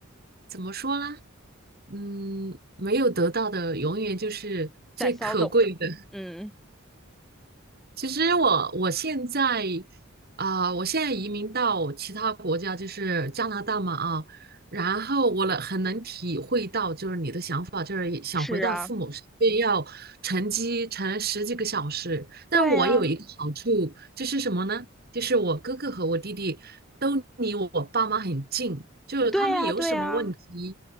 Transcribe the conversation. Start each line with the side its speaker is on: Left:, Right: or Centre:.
Right: 怎么说呢？嗯，没有得到的永远就是最可贵的。
Centre: 在骚动。嗯，
Right: 其实我我现在啊、我现在移民到其他国家，就是加拿大嘛啊，然后我能很能体会到，就是你的想法，就是想回到父母身边，
Centre: 是啊，
Right: 要乘机乘十几个小时。但我有一个好处，
Centre: 对啊，
Right: 就是什么呢？就是我哥哥和我弟弟都离我爸妈很近，就是他们有什么问题
Centre: 对啊，对啊，